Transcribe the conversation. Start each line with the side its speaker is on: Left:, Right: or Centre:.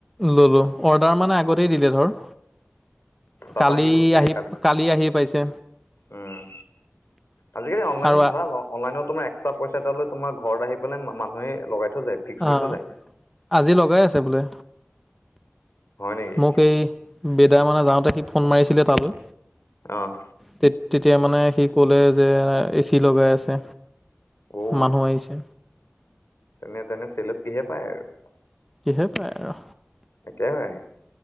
Centre: ল'লোঁ অৰ্ডাৰ মানে আগতেই দিলে ধৰ
Left: পাপা
Centre: কালি
Left: গ'ল চাগে
Centre: আহি কালি আহি পাইছে
Left: উম আজিকালি অনলাইনত
Centre: আৰু
Left: ভাল অ অনলাইনত তোমাৰ একস্ৰা পইচা এটা লৈ তোমাৰ ঘৰত আহিেলাই মানুহে লগাই থৈ যায় ফিক্স কৰি
Centre: অ
Left: থৈ যায়
Centre: আজি লগাই আছে বোলে
Left: হয় নেকি
Centre: মোক এই বেদা মানে যাওঁতে সি ফোন মাৰিছিলে তালৈ
Left: অ
Centre: তে তেতিয়া মানে সি ক'লে যে এ চি লগাই আছে
Left: বৌ
Centre: মানুহ আহিছে
Left: তেনে তেনে চেলক কিহে পায় আৰু
Centre: সহে পাই আৰু
Left: একাকে হয়